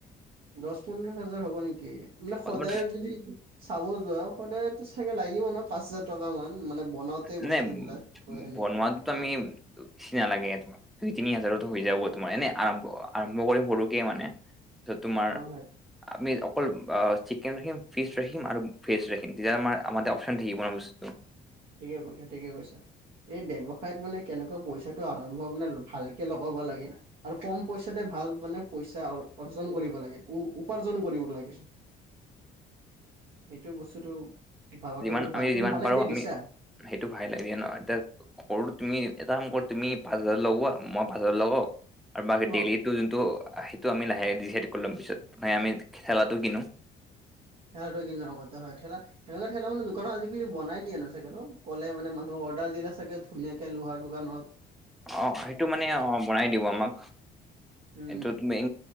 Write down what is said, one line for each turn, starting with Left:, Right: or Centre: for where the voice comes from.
Right: দচ পোন্ধৰ হাজাৰ হ'ব নেকি বোলে
Centre: অ
Right: সদায়
Centre: তোমাৰ
Right: যদি চাব যোৱা আৰু সদায়েটো চাগে লাগিব ন পাঁচ হাজাৰ টকা মান বনাওতে
Centre: এনেই
Right: বস্তুবিলাক গৈ আনি
Centre: বনোৱাতোত আমি ছি নালাগে এই তোমাক দুই তিনি হাজাৰতো হৈ যাব তোমাৰ এনে আৰম্ভ আৰম্ভ কৰিম সৰুকেই মানে তো তোমাৰ-
Right: অ হয়
Centre: আমি অকল চিকেন ৰাখিম ফিচ ৰাখিম আৰু ভেজ ৰাখিম তেতিয়া আমাৰ আমাটা অপচন থাকিব ন বস্তুটো।
Right: ঠিকে কৈছে ঠিকে কৈছে। এই ব্যৱসায়ত মানে কেনেকৈ পইচাটো আৰম্ভ মানে ভালকে লগাব লাগে আৰু কম পইচাতে ভাল মানে পইচা অৰ্জন কৰিব লাগে উ উপাৰ্জন কৰিব লাগে। এইটো বস্তুটো ভাবাটো
Centre: যিমান
Right: বহুত
Centre: আমি
Right: ভাল তুমি
Centre: যিমান
Right: ভালেকে
Centre: পাৰো আমি
Right: দিছা।
Centre: সেইটো ভায়েল এৰিয়া নহয় এতিয়া সৰু তুমি এটা কাম কৰো তুমি পাঁচ হাজাৰ লগোৱা মই পাঁচ হাজাৰ লগাও আৰু বাকী ডেইলিটো
Right: অ
Centre: টো সেইটো আমি লাহে দিহে কৰি লম পিছত মানে আমি খেলাটো কিনো।
Right: খেয়াটো কিন কৈত হয় থেলা সেনকা থেলা মানে দোকানত আজিকালি বনাই দিয়ে ন চাগেতো কলে মানে মানুহক অৰ্ডাৰ দিলে চাগে ধুনীয়াকে লোহাৰ দোকানত হক
Centre: অঁ সেইটো মানে অঁ বনাই দিব আমাক
Right: উম
Centre: এইটো তুমি